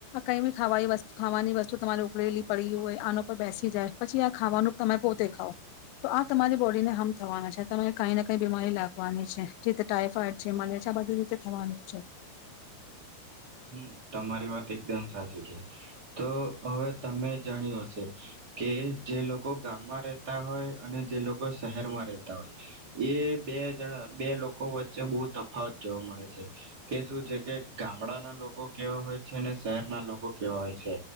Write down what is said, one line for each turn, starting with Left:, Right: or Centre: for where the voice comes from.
Left: કંઈ બી ખાવાતુ ખાવાની વસ્તુ તમારે ઉકળેલી પડી હોય આના પર બેસી જાય પછી આ ખાવાનું તમે પોતે ખાવ તો આ તમારી બોડીને હાર્મ થવાના છે, તમે કંઈ ના કઈ બીમારી લાગવાની છે, જેતે ટાઈફોાઈડ છે, મલેરિયા બધી રીતે થવાનું છે.
Right: હમ તમારી વાત એકદમ સાચી છે, તો હવે તમે જાણી્યું હશે કે જે લોકો ગામમાં રહેતા હોય અને જે લોકો શહેરમાં રહેતા હોય એ બે જણા બે લોકો વચ્ચે બહુ તફાવત જોવા મળે છે, કે શું છે, કે ગામ ગામડાના લોકો કેવા હોય છે, અનેને શહેરના લોકો કેવા હોય છે